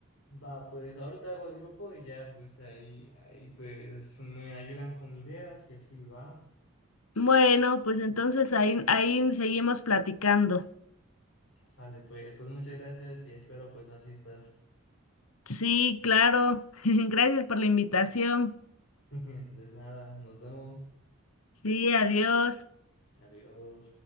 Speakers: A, on the left; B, on the left.
A: Va, pues ahorita hago el grupo y ya pues ahí, ahí pues me ayudan con ideas y así va.
B: Bueno, pues entonces ahí, ahí seguimos platicando.
A: Sale pues, pues muchas gracias y espero pues asistas.
B: Sí, claro. <laughs> Gracias por la invitación.
A: <laughs> Pues nada, nos vemos.
B: Sí, adiós.
A: Adiós.